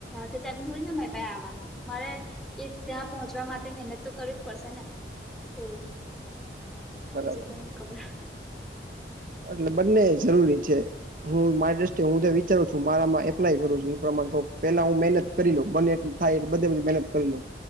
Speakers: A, in the centre; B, on the right.
A: થી ચાર મળડીને મે આવવાનું મારે એ ત્યાં પહોંચવા માટે. મહેનત તો કરવી જ પડશે ને એવું
B: બરાબર
A: બીજું તન
B: છે.
A: ખબર.
B: એટલે બંને જરૂરી છે. હું મારી દ્રષ્ટ હું વિચારું છું મારામાં એપ્લાય કરું છું એ પ્રમા પેલા હું મહેનત. કરી લો બને એટલું થાય એટ બધ બધી મહેનત કરી લો.